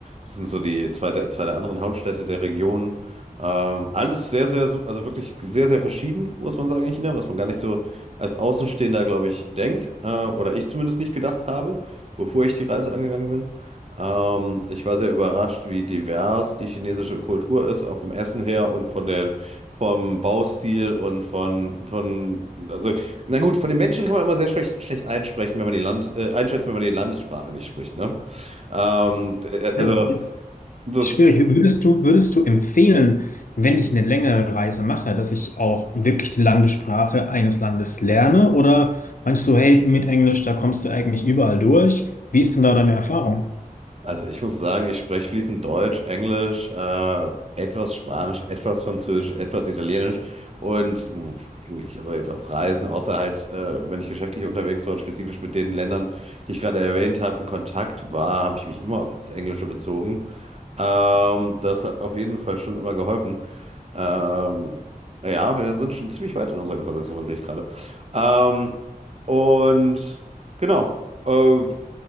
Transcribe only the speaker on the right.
Das sind so die zwei der, zwei der anderen Hauptstädte der Region. Ähm, alles sehr, sehr, su- also wirklich sehr, sehr verschieden, muss man sagen, in China, was man gar nicht so als Außenstehender, glaube ich, denkt, äh, oder ich zumindest nicht gedacht habe, bevor ich die Reise angegangen bin. Ähm, ich war sehr überrascht, wie divers die chinesische Kultur ist, auch vom Essen her und von den, vom Baustil und von, von, also, na gut, von den Menschen kann man immer sehr schlecht, schlecht einsprechen, wenn man die Land, äh, einschätzen, wenn man die Landessprache nicht spricht, ne? Ähm, d- äh,
also, das,
Also ich muss sagen, ich spreche fließend Deutsch, Englisch, äh, etwas Spanisch, etwas Französisch, etwas Italienisch und mh, eigentlich, also jetzt auf Reisen, außer halt, äh, wenn ich geschäftlich unterwegs war und spezifisch mit den Ländern, die ich gerade erwähnt habe, in Kontakt war, habe ich mich immer auf das Englische bezogen. Ähm, das hat auf jeden Fall schon immer geholfen. Ähm, ja, wir sind schon ziemlich weit in unserer Konversation, sehe ich gerade. Ähm, und genau. Äh,